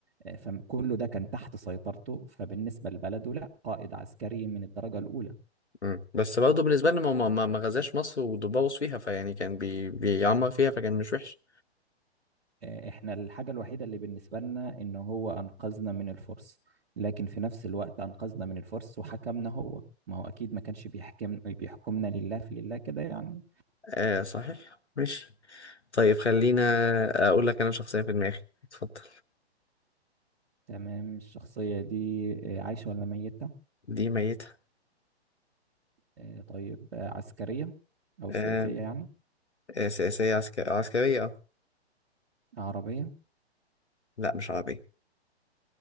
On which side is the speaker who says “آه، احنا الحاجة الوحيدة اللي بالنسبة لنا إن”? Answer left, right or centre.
Right